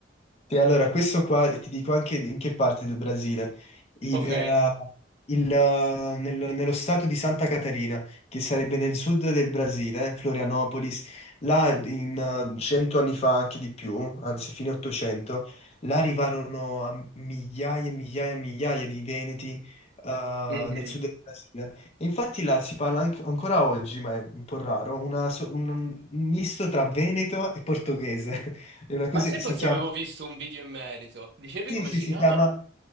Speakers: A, on the left; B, on the right.
A: Sì, allora, questo qua ti dico anche in che parte del Brasile. I-
B: Ok.
A: era il, eh, nel- nello stato di Santa Catarina, che sarebbe nel sud del Brasile, Florianopolis, là in eh, cento anni fa, anche di più, anzi fine 800, là arrivarono a migliaia e migliaia e migliaia di veneti eh,
B: Mhm.
A: nel sud del Brasile. E infatti là si parla anche- ancora oggi, ma è un po' raro, una so- un un misto tra veneto e portoghese. <laughs> È una cosa
B: Ma se forse
A: si chiama
B: avevo visto un video in merito, dicevi
A: sì,
B: come
A: sì,
B: si
A: si
B: chiama?
A: chiama